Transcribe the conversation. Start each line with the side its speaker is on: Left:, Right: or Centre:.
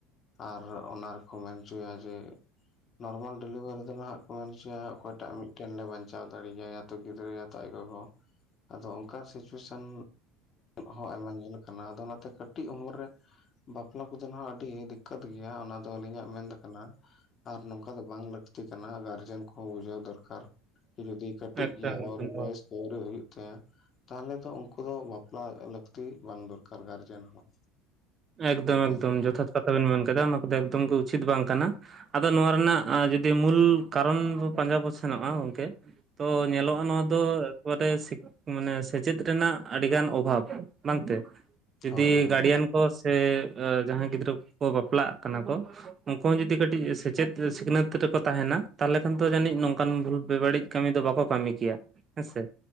Left: ᱟᱨ ᱚᱱᱟ ᱨᱮᱠᱚ ᱢᱮᱱ ᱦᱚᱪᱚᱭᱟ ᱡᱮ ᱱᱚᱨᱢᱟᱞ ᱰᱮᱞᱤᱵᱷᱟᱨᱤ ᱫᱚ ᱱᱟᱦᱟᱜ ᱠᱚ ᱢᱮᱱ ᱚᱪᱚᱭᱟ ᱚᱠᱚᱭᱴᱟᱜ ᱢᱤᱫᱴᱮᱱ ᱞᱮ ᱵᱟᱧ ᱪᱟᱣ ᱫᱟᱲᱮᱭᱟᱭᱟ ᱛᱚ ᱜᱤᱫᱽᱨᱟᱹ ᱜᱮᱛᱚ ᱟᱫᱚ ᱟᱡ ᱜᱚᱜᱚ᱾ ᱟᱝᱚ ᱚᱱᱠᱟ ᱥᱤᱪᱩᱭᱮᱥᱮᱱ ᱦᱚᱸ ᱟᱭᱢᱟ ᱧᱮᱞ ᱠᱟᱱᱟ ᱟᱫᱚ ᱚᱱᱟᱛᱮ ᱠᱟᱹᱴᱤᱡ ᱩᱢᱮᱨ ᱨᱮ ᱵᱟᱯᱞᱟ ᱠᱚᱫᱚ ᱱᱦᱟᱸᱜ ᱟᱹᱰᱤ ᱫᱤᱠᱠᱚᱛ ᱜᱮᱭᱟ ᱚᱱᱟ ᱫᱚ ᱟᱹᱞᱤᱧᱟᱜ ᱢᱮᱱ ᱫᱚ ᱠᱟᱱᱟ᱾ ᱟᱨ ᱱᱚᱝᱠᱟ ᱫᱚ ᱵᱟᱝ ᱞᱟᱹᱠᱛᱤ ᱠᱟᱱᱟ᱾ ᱜᱟᱨᱡᱮᱱ ᱠᱚᱦᱚᱸ ᱵᱩᱡᱷᱟᱹᱣ ᱫᱚᱨᱠᱟᱨ᱾ ᱡᱩᱫᱤ ᱠᱟᱹᱴᱤᱡ
Right: ᱮᱠᱫᱚᱢ
Left: ᱜᱮᱭᱟ
Right: ᱮᱠᱫᱚᱢ
Left: ᱟᱹᱣᱨᱤ ᱵᱚᱭᱮᱥ ᱟᱹᱣᱨᱤ ᱦᱩᱭᱩᱜ ᱛᱟᱭᱟ᱾ ᱛᱟᱦᱚᱞᱮ ᱫᱚ ᱩᱱᱠᱩ ᱫᱚ ᱵᱟᱯᱞᱟ ᱞᱟᱹᱠᱛᱤ ᱵᱟᱝ ᱫᱚᱨᱠᱟᱨ ᱜᱟᱨᱡᱮᱱ ᱦᱚᱸ᱾
Right: ᱮᱠᱫᱚᱢ
Left: ᱦᱮᱸ
Right: ᱮᱠᱫᱚᱢ ᱡᱚᱛᱷᱟᱛ ᱠᱟᱛᱷᱟ ᱵᱮᱱ ᱢᱮᱱ ᱠᱮᱫᱟ ᱚᱱᱟ ᱠᱚᱫᱚ ᱮᱠᱫᱚᱢ ᱜᱮ ᱩᱪᱤᱛ ᱵᱟᱝ ᱠᱟᱱᱟ᱾ ᱟᱫᱚ ᱱᱚᱣᱟ ᱨᱮᱱᱟᱜ ᱟ ᱡᱩᱫᱤ ᱢᱩᱞ ᱠᱟᱨᱚᱱ ᱵᱚ ᱯᱟᱸᱡᱟ ᱵᱚᱱ ᱥᱮᱱᱚᱜᱼᱟ ᱜᱚᱢᱠᱮ᱾ ᱛᱚ ᱧᱮᱞᱚᱜᱼᱟ ᱱᱚᱣᱟ ᱫᱚ ᱮᱠᱟᱨᱮ ᱥᱤᱠ ᱢᱟᱱᱮ ᱥᱮᱪᱮᱫ ᱨᱮᱱᱟᱜ ᱟᱹᱰᱤ ᱜᱟᱱ ᱚᱵᱷᱟᱵ᱾ ᱵᱟᱝ ᱛᱮ? ᱡᱩᱫᱤ
Left: ᱦᱳᱭ ᱦᱳᱭ
Right: ᱜᱟᱨᱰᱤᱭᱟᱱ ᱠᱚ ᱥᱮ ᱮ ᱡᱟᱦᱟᱸᱭ ᱜᱤᱫᱽᱨᱟᱹ ᱠᱚᱠᱚ ᱵᱟᱯᱞᱟᱜ ᱠᱟᱱᱟ ᱠᱚ᱾ ᱩᱱᱠᱩ ᱦᱚᱸ ᱡᱩᱫᱤ ᱠᱟᱹᱴᱤᱡ ᱥᱮᱪᱮᱫ ᱥᱤᱠᱷᱱᱟᱹᱛ ᱨᱮᱠᱚ ᱛᱟᱦᱮᱱᱟ ᱛᱟᱦᱞᱮ ᱠᱷᱟᱱ ᱫᱚ ᱡᱟᱹᱱᱤᱡ ᱱᱚᱝᱠᱟᱱ ᱵᱷᱩᱞ ᱵᱮᱵᱟᱹᱲᱤᱡ ᱠᱟᱹᱢᱤ ᱫᱚ ᱵᱟᱠᱚ ᱠᱟᱹᱢᱤ ᱠᱮᱭᱟ ᱦᱮᱸ ᱥᱮ